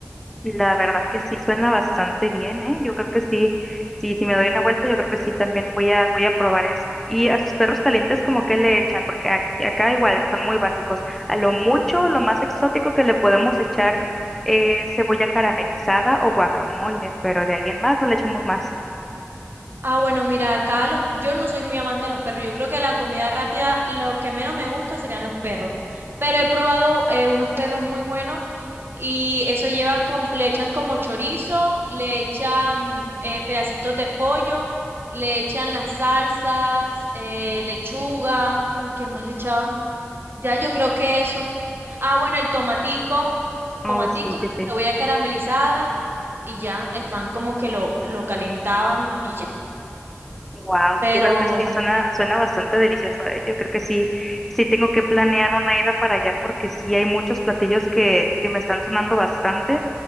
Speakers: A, in the centre; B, on the right.
A: La verdad que sí suena bastante bien, ¿eh? Yo creo que sí, sí, si me doy una vuelta, yo creo que sí también voy a, voy a probar eso. Y a sus perros calientes, ¿como que le echan? Porque ac- acá igual son muy básicos. A lo mucho, lo más exótico que le podemos echar es cebolla caramelizada o guacamole, pero de ahí en más no le echamos más.
B: Ah, bueno, mira, acá los, yo no soy muy amante a los perros. Yo creo que la comida rápida, lo que menos me gusta serían los perros. Pero he probado eh, unos perros muy buenos y eso lleva como, le echan como chorizo, le echan eh, pedacitos de pollo, le echan las salsas, eh, lechuga, ¿y ¿qué más le echaban? Ya yo creo que eso. Ah, bueno, el tomatico,
A: Oh,
B: tomatico,
A: sí,
B: la
A: sí, sí.
B: cebolla caramelizada y ya, el pan como que lo, lo calentaban y ya.
A: Wow,
B: Pero
A: yo creo que sí, suena, suena bastante delicioso, ¿eh? Yo creo que sí, sí tengo que planear una ida para allá porque sí hay muchos platillos que, que me están sonando bastante,